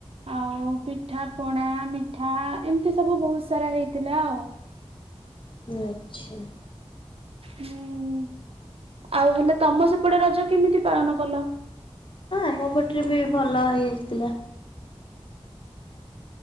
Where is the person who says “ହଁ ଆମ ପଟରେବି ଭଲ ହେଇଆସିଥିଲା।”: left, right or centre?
Left